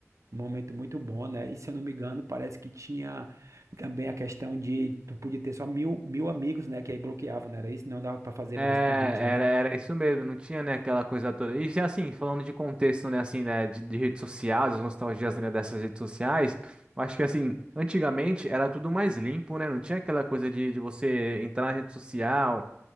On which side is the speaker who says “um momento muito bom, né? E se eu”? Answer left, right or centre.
Right